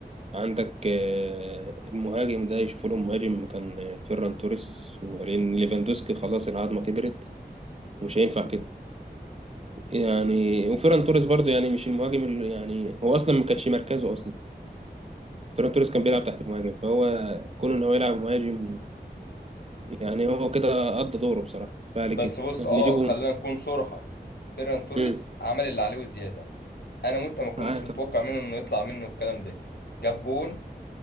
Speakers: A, on the right (about 40°); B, on the left (about 80°).
A: عندك آه، المهاجم ده يشوفوا له مهاجم مكان آه، فيران توريس وبعدين ليفاندوسكي خلاص العظمة كبرت ومش هينفع كده يعني وفيران توريس برضه يعني مش المهاجم اللي يعني هو اصلا ما كانش مركزه اصلا فيران توريس كان بيلعب تحت المهاجم فهو كون ان هو يلعب مهاجم يعني هو كده قضى دوره بصراحه فعلي
B: بس
A: كده
B: بص
A: نجيبه
B: اه خلينا نكون صراحه فيران توريس
A: امم
B: عمل اللي عليه وزياده انا وانت ما كناش
A: معاك
B: نتوقع منه انه يطلع منه الكلام ده جاب جون